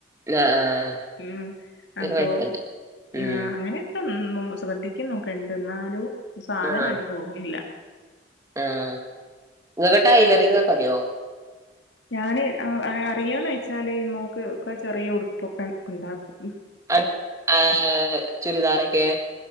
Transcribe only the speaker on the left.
ഉം
അപ്പൊ
ങാ അങ്ങനെ എന്നും ശ്രദ്ധിക്കുന്നൊക്കുണ്ട് ന്നാലും സാധനാട്ട്
പോകണ്ല്ല
പിന്നെ ഞാന് ആഹ് അഅറിയോന്ന് വെച്ചാല് മോക്ക് ഒക്കെ ചെറിയ ഉടുപ്പൊക്കെ ഒണ്ടാക്കും